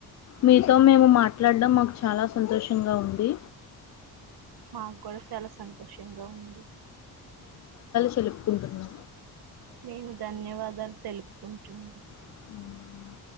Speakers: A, on the left; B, on the right.
A: మీతో మేము మాట్లాడ్డం మాక్ చాలా సంతోషంగా ఉంది
B: మాకు కూడా చాలా సంతోషంగా ఉంది
A: తెలుసుకుంటున్నా
B: మేము ధన్యవాదాలు తెలు పు కుంటునా
A: ఉ